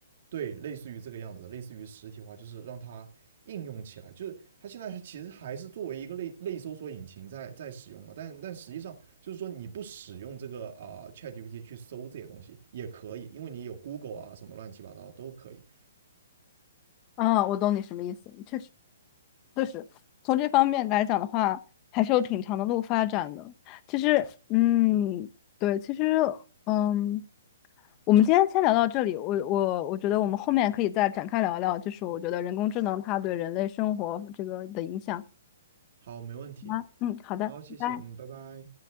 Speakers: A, on the right; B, on the left.
A: 对，类似于这个样子，类似于实体化，就是让它应用起来。就是它现在其实还是作为一个类类搜索引擎在在使用嘛，但但实际上就是说你不使用这个啊、呃 ChatGPT 去搜这些东西也可以，因为你有 Google 啊什么乱七八糟都可以。
B: 啊，我懂你什么意思，确实。确实，从这方面来讲的话，还是有挺长的路发展的。其实，嗯，对，其实，嗯，我们今天先聊到这里。我我我觉得我们后面可以再展开聊一聊，就是我觉得人工智能它对人类生活这个的影响。
A: 好，没问题。
B: 好吗？嗯，好的，
A: 好，谢谢，
B: 拜拜。
A: 嗯，拜拜。